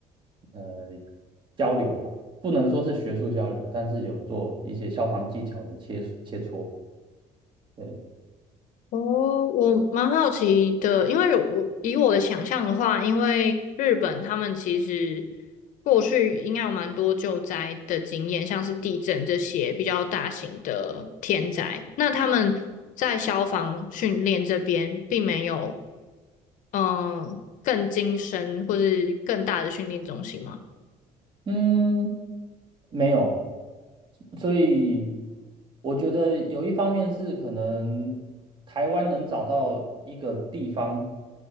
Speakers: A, on the right; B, on the left.
A: 呃交流啦，不能说是学术交流，但是有做一些消防技巧的切切磋。对，
B: 哦，我蛮好奇的，因为我以我的想象的话，因为日本他们其实过去应该有蛮多救灾的经验，像是地震这些比较大型的天灾，那他们在消防训练这边并没有嗯、呃更精深或是更大的训练中心吗？
A: 嗯，没有，所以我觉得有一方面是可能台湾能找到一个地方